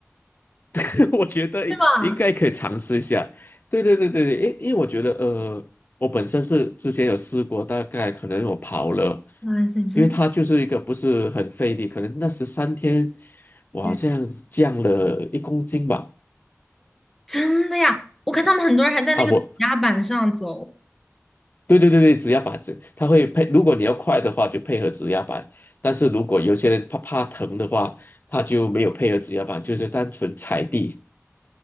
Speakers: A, on the left (about 40°); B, in the centre.
A: <laughs> 我觉得应应该可以尝试一下。
B: 对吧？
A: 对对对对对，因因为我觉得呃，我本身是之前有试过，大概可能我跑了，
B: 哇塞，真
A: 因为它就是一个不是很费力，可能那十三天我好像降了一公斤吧。
B: 对，真的呀！我看他们很多人还在那个指压板上走。
A: 啊，我对对对对，指压板子，它会配，如果你要快的话就配合指压板，但是如果有些人怕怕疼的话，他就没有配合指压板，就是单纯踩地。